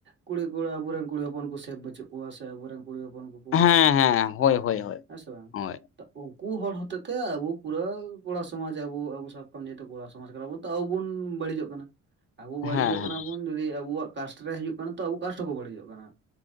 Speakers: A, on the right; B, on the left.
A: ᱠᱩᱲᱤ ᱠᱚᱲᱟ ᱟᱵᱚᱨᱮᱱ ᱠᱩᱲᱤ ᱦᱚᱯᱚᱱ ᱠᱚ ᱥᱮᱵᱷ ᱵᱟᱹᱪᱩᱜ ᱠᱚᱣᱟ ᱥᱮ ᱟᱵᱚᱨᱮᱱ ᱠᱩᱲᱤ ᱦᱚᱯᱚᱱ ᱠᱚ ᱠᱩ
B: ᱦᱮᱸ
A: ᱦᱮᱸ
B: ᱦᱳᱭ ᱦᱳᱭ ᱦᱳᱭ
A: ᱦᱮᱸ ᱥᱮ ᱵᱟᱝ
B: ᱦᱳᱭ
A: ᱩᱝᱠᱩ ᱦᱚᱲ ᱦᱚᱛᱮ ᱛᱮ ᱟᱵᱩ ᱯᱩᱨᱟᱹ ᱠᱚᱲᱟ ᱥᱚᱢᱟᱡ ᱟᱵᱩ ᱟᱵᱩ ᱥᱟᱵ ᱠᱟᱢ ᱡᱮᱦᱮᱛᱩ ᱠᱚᱲᱟ ᱥᱚᱢᱟᱡ ᱠᱟᱱᱟᱵᱩᱱ ᱛᱚ ᱟᱵᱩᱱ ᱵᱟᱹᱲᱤᱡᱚᱜ ᱠᱟᱱᱟ᱾ ᱟᱵᱩ ᱵᱟᱹᱲᱤᱡᱚᱜ
B: ᱦᱮᱸ ᱦᱮᱸ
A: ᱠᱟᱱᱟ ᱵᱩᱱ ᱡᱩᱫᱤ ᱟᱵᱩᱣᱟᱜ ᱠᱟᱥᱴᱨᱮ ᱦᱤᱡᱩᱜ ᱠᱟᱱᱟ ᱛᱚ ᱟᱵᱩ ᱠᱟᱥᱴ ᱦᱚᱸᱠᱚ ᱵᱟᱹᱲᱤᱡᱚᱜ ᱠᱟᱱᱟ᱾